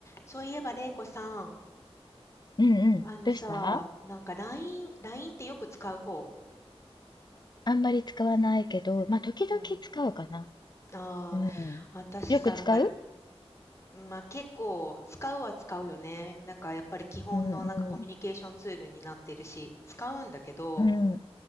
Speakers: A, on the left; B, on the left.
A: そういえば、れいこさん、
B: うんうん。
A: あのさ、
B: どうした
A: なんか LINE、ラインってよく使う方
B: あんまり使わないけど、まあ、時々使うかな。
A: うん。ああ、
B: うん。
A: 私さ、
B: よく使う
A: なんか、まあ、結構使うは使うよね。なんかやっぱり基本のなんかコミュニケーションツールになってるし、
B: うんう
A: 使うんだけど、
B: ん。うん